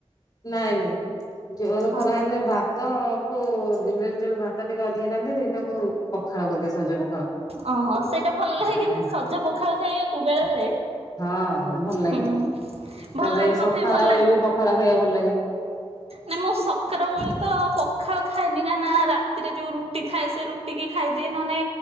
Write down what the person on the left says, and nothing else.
ନାଇଁ ନାଇଁ ଜୋର
ଖରା ହେଲେ ଭାତ ତା ଦିନରେ ଯୋଉ ଭାତ ଟିକେ ଅଧିକା ରାନ୍ଧିଦିଏ ତାକୁ ପଖାଳଦିଏ ସଜ ପଖାଳ।
ଆଉ
ହଁ ଭଲ ଲାଗେ
ତାପରେ
ସଖଳ
ବେଳେ ବି ପଖାଳ ଖାଇବା ଭଲ ଲାଗେ।